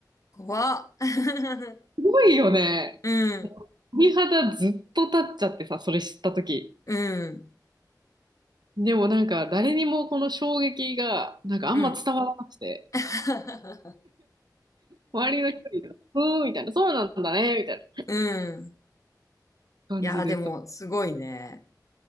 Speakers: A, on the left; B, on the right.
A: 怖っ。<laughs>
B: すごいよね。
A: うん、
B: 鳥肌ずっと立っちゃってさ、それ知った時
A: うん、
B: でもなんか誰にもこの衝撃がなんかあんま伝わらなくて、
A: うん。<laughs>
B: 周りの人に、うーんみたいな、そうなんだね、みたいな
A: うん。
B: 感じでさ。
A: いやー、でも、すごいね。